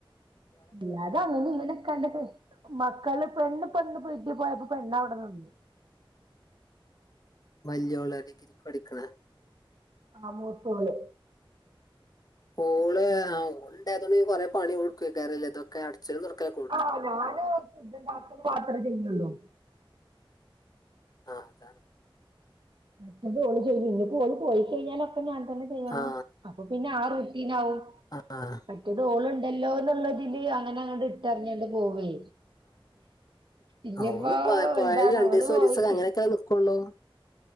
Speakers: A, on the right (about 60°); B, on the left (about 45°).
A: ഇല്ലാ ത അങ്ങനി ങ്ങനിക്കാണ്ട് മക്കള് പെണ്ണ് പ്പൊ ന്ന് പ്പൊ വീട്ടി പോയപ്പോ പെണ്ണ് അവ്ടെ നിന്ന്
B: വല്യോള് ഡിഗ്രിക്ക് പഠിക്കണ
A: ആ മൂത്തോള്
B: ഓള് ആ ഓൾണ്ടായതോണ്ട് കൊറെ പണി ഓൾക്കെട്ക്കാകേരം ല്ലെ തൊക്കെ അട് അട്ച്ചലും തൊടക്കലൊക്കോ
A: ആ ഞാന് ഫുഡ് ണ്ടാക്കല് മാത്രം ചെയ്യുള്ളൂ
B: ആ അതാണ്
A: മറ്റത് ഓള് ചെയ്യും ഇനി പോള് പോയി കഴഞ്ഞാലൊക്കെ ഞാൻ തന്നെ ചെയ്യണം
B: ആ
A: പ്പൊ പിന്നെ ആറുട്ടീനാവും
B: ആഹ് ആഹ്
A: മറ്റത് ഓള്ണ്ടല്ലോ ന്നുള്ളതില് അങ്ങനെ അങ്ങട് ഇട്ടർഞണ്ട് പോവേ ഇനിയിപ്പോ
B: ആ ഓള്പ്പൊ പോയാല്
A: എന്താണ്
B: രണ്ടീസൊരീസകൊ
A: ഓള് പോയിക്ക്
B: അങ്ങനൊക്കെ ല്ലെ നിക്ക ക്കള്ളോ